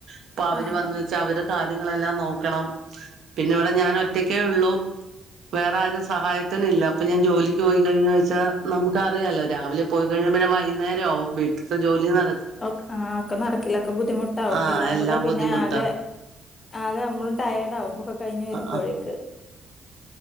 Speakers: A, on the right; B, on the left.
A: അപ്പൊ അവര്
B: ആഹ്
A: വന്ന വെച്ചാ അവര് കാര്യങ്ങളെല്ലാം നോക്കണം പിന്നെ ഇവിടെ ഞാൻ ഒ ഒറ്റക്കേ ഉള്ളൂ വേറെ ആരും സഹായത്തിന ഇല്ല അപ്പൊ ഞാൻ ജോലി പോയി കഴിഞ്ഞ വെച്ചാൽ നമുക്ക അറിയാല്ലോ രാവിലെ പോയി കഴിഞ്ഞന്നെ വൈകുന്നേരംവും വീട്ടില ജോലി ന
B: ആ ഒക്കെ നടക്കില്ലൊ ഒക്കെ ബുദ്ധിമുട്ടാവും
A: ആഹ്
B: എല്ലാം കൂടെ പിന്നെ
A: ബുദ്ധിമുട്ടാ
B: ആകെ ആകെ നമ്മളും ടയർഡ ആാവും ഒക്കെ കഴിഞ്ഞഞ് വരുമ്പോഴേക്ക്
A: ആഹ്